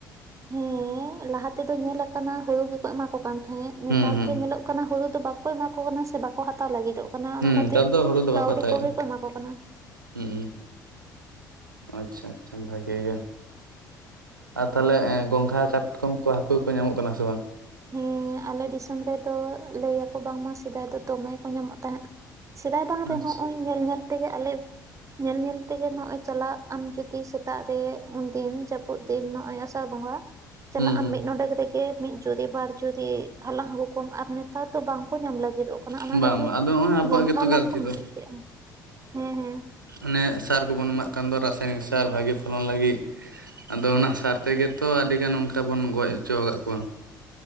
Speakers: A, on the right (about 30°); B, on the right (about 85°).
A: ᱦᱮᱸ ᱞᱟᱦᱟ ᱛᱮᱫᱚ ᱧᱮᱞ ᱟᱠᱟᱱᱟ ᱦᱩᱲᱩ ᱜᱮᱠᱚ ᱮᱢᱟ ᱠᱚ ᱠᱟᱱ ᱛᱟᱦᱮᱸᱫ ᱱᱮᱛᱟᱨ
B: ᱦᱩᱸ ᱦᱩᱸ
A: ᱫᱚ ᱧᱮᱞᱚᱜ ᱦᱩᱲᱩ ᱫᱚ ᱵᱟᱠᱚ ᱮᱢᱟ ᱠᱚ ᱠᱟᱱᱟ ᱥᱮ ᱵᱟᱠᱚ ᱦᱟᱛᱟᱣ ᱞᱟᱹᱜᱤᱫᱼᱚᱜ ᱚᱱᱟ ᱚᱱᱟ
B: ᱦᱩᱸ
A: ᱠᱷᱟᱹᱛᱤᱨ
B: ᱱᱮᱛᱟᱨ ᱫᱚ ᱦᱩᱲᱩ ᱫᱚ
A: ᱠᱟᱹᱣᱰᱤ
B: ᱵᱟᱠᱚ ᱦᱟᱛᱟᱣᱮᱫᱼᱟ
A: ᱠᱚᱜᱮ ᱠᱚ ᱮᱢᱟ ᱠᱚ ᱠᱟᱱᱟ
B: ᱦᱩᱸ ᱟᱪᱷᱟ ᱟᱪᱷᱟ ᱵᱷᱟᱜᱮ ᱜᱮ ᱟᱨ ᱛᱟᱦᱚᱞᱮ ᱮᱸ ᱜᱚᱝᱜᱟᱦᱟᱸ ᱠᱟᱴᱠᱚᱢ ᱠᱚ ᱦᱟᱹᱠᱩ ᱠᱚ ᱧᱟᱢᱚᱜ ᱠᱟᱱᱟ ᱥᱮ ᱵᱟᱝ
A: ᱦᱮᱸ ᱟᱞᱮ ᱫᱤᱥᱚᱢ ᱨᱮᱫᱚ ᱞᱟᱹᱭᱟᱠᱚ ᱵᱟᱝᱢᱟ ᱥᱮᱫᱟᱭ ᱫᱚ ᱫᱚᱢᱮ ᱠᱚ ᱧᱟᱢᱚᱜ ᱛᱟᱦᱮᱸᱫ ᱥᱮᱫᱟᱭ ᱵᱟᱝ ᱨᱮ
B: ᱟᱪᱪᱷᱟ
A: ᱦᱚᱸ <unintelligible> ᱼᱚᱭ ᱧᱮᱞ ᱧᱮᱞ ᱛᱮᱜᱮ ᱟᱞᱮ ᱧᱮᱞ ᱧᱮᱞ ᱛᱮᱜᱮ ᱱᱚᱜ ᱚᱭ ᱪᱟᱞᱟᱜ ᱟᱢ ᱡᱩᱫᱤ ᱥᱮᱛᱟᱜ ᱨᱮ ᱩᱱᱫᱤᱱ ᱡᱟᱹᱯᱩᱫ ᱛᱤᱱ ᱱᱚᱜ-ᱚᱭ ᱟᱥᱟᱲ ᱵᱚᱸᱜᱟ ᱪᱟᱞᱟᱜ
B: ᱦᱩᱸ ᱦᱩᱸ
A: ᱟᱢ ᱢᱤᱫ ᱱᱚᱰᱮ ᱠᱟᱛᱮᱜ ᱜᱮ ᱢᱤᱫ ᱡᱩᱨᱤ ᱵᱟᱨ ᱡᱩᱨᱤ ᱦᱟᱞᱟᱝ ᱟᱹᱜᱩ ᱠᱚᱢ ᱟᱨ ᱱᱮᱛᱟᱨ ᱫᱚ ᱵᱟᱝᱠᱚ ᱧᱟᱢ ᱞᱟᱹᱜᱤᱫᱚᱜ ᱠᱟᱱᱟ ᱚᱱᱟ
B: ᱦᱩᱸ ᱵᱟᱝ
A: ᱠᱷᱟᱹᱛᱤᱨ
B: ᱵᱟᱝ ᱟᱫᱚ ᱱᱚᱜᱼᱚᱭ ᱟᱵᱚᱣᱟᱜ
A: ᱜᱚᱝᱜᱷᱟᱞᱟᱝ
B: ᱜᱮᱛᱚ ᱜᱟᱹᱞᱛᱤ
A: ᱠᱚ ᱢᱩᱪᱟᱹᱫ
B: ᱫᱚ
A: ᱠᱮᱫᱼᱟ ᱦᱮᱸ ᱦᱮᱸ
B: ᱚᱱᱮ ᱥᱟᱨ ᱠᱚᱵᱚᱱ ᱮᱢᱟᱜ ᱠᱟᱱ ᱫᱚ ᱨᱟᱥᱟᱭᱱᱤᱠ ᱥᱟᱨ ᱵᱷᱟᱹᱜᱤ ᱯᱷᱚᱞᱚᱱ ᱞᱟᱹᱜᱤᱫ᱾ ᱟᱫᱚ ᱚᱱᱟ ᱥᱟᱨ ᱛᱮᱜᱮ ᱛᱚ ᱟᱹᱰᱤᱜᱟᱱ ᱚᱱᱠᱟ ᱵᱚᱱ ᱜᱚᱡ ᱦᱚᱪᱚ ᱠᱟᱜ ᱠᱚᱣᱟ᱾